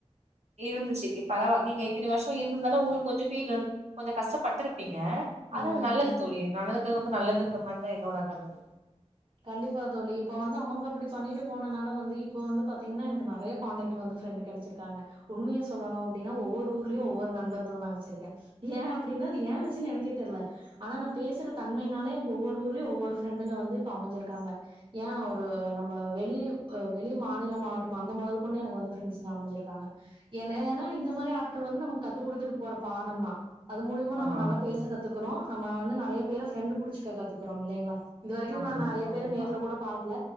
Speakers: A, on the right; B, on the right.
A: இருந்துச்சு பரவா நீங்க இத்தினி வருஷம் இருந்துருந்தாலும் உங்களுக்கு கொஞ்சம் ஃபீல் கொஞ்சம் கஷ்டப்பட்டு ப்பிங்க
B: ம்,
A: அதான் அது நல்லது
B: ம்.
A: தோழி நம் வந்து நல்லதுன்ர மாறி தான் என்னோட கருத்து
B: கண்டிப்பா தோழி இப்ப வந்து அவங்க அப்படி பண்ணிட்டு போனனால வந்து இப்ப வந்து பாத்தீங்கன்னா எனக்கு நறைய காண்டக்ட் வந்து ஃப்ரெண்டு் கெடைச்சிருக்காங்க உண்மையை சொல்லணு அப்டின்னா ஒவ்வொரு ஊர்லயு ஒவ்வொரு நண்பர்கள் நா வச்சிருக்கே ஏன் அப்டின்னா அது ஏன் வச்சேன்னு எனக்கே தெர்ல ஆனா நா பேசுற தன்மையினால எனக்கு ஒவ்வொரு ஊர்லயு ஒவ்வொரு ஃப்ரெண்டுங்க வந்து க்கு அமைஞ்சிருக்காங்க ஏன் ஒரு நம்ம வெளிய அ வெளி மாநிலமாகட்டும் அந்த முதல் கொண்டு எனக்கு வந்து ஃபிரெண்ட்ஸுங்க அமைஞ்சிருக்காங்க ஏ ஏன்னா இந்த மாரி ஆட்கள் வந்து நமக்கு கத்து குடுத்துட்டு போற பாடம்தா அது மூலியமா நம்ம
A: ஆமாங்க
B: நல்லா
A: தோழி
B: பேச கத்துக்கறோம் நம்ம வந்து நிறைய வேற ஃப்ரெண்டு புடிச்சக்க கத்துக்குறோம் இல்லங்களா இந்த
A: ஆமாங்க
B: நான் நறைய
A: தோழி கண்டிப்பா
B: பேர் நேர்ல கூட பாக்கல